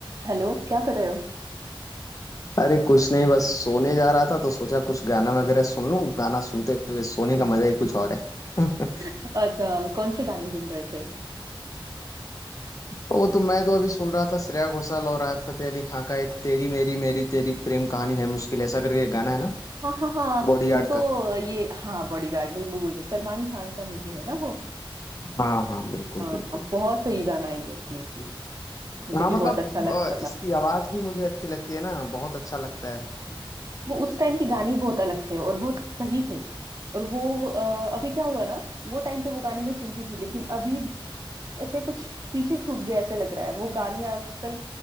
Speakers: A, on the right (about 40°); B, on the left (about 40°).
A: Hello क्या कर रहे हो
B: अरे कुछ नहीं बस सोने जा रहा था तो सोचा कुछ गाना वगैरह सुन लूं गाना सुनते हुए सोने का मजा ही कुछ और है <laughs>
A: अच्छा कौन से गाने सुन रहे थे
B: वो तो मैं तो अभी सुन रहा था श्रेया घोषाल और राहत फतेह अली खां का एक तेरी मेरी मेरी तेरी प्रेम कहानी है मुश्किल ऐसा करके एक गाना है ना
A: हाँ हाँ हाँ
B: बॉडीगार्ड
A: वो तो
B: का
A: ये हाँ बॉडीगार्ड वही मैं बोल रही सलमान खान का मूवी है ना वो
B: हाँ हाँ बिल्कुल
A: हाँ
B: बिल्कुल
A: हाँ बहुत सही गाना है यस यस यस मुझे
B: हाँ
A: भी
B: मतलब
A: बहुत अच्छा लगता
B: अ,
A: था
B: इसकी आवाज भी मुझे अच्छी लगती है ना बहुत अच्छा लगता है
A: वो उस टाइम के गाने ही बहुत अलग थे और बहुत सही थे और वो अ, अभी क्या हुआ ना वो टाइम पे वो गाने मैं सुनती थी लेकिन अभी ऐसे कुछ पीछे छूट गया ऐसे लग रहा है वो गाने आजकल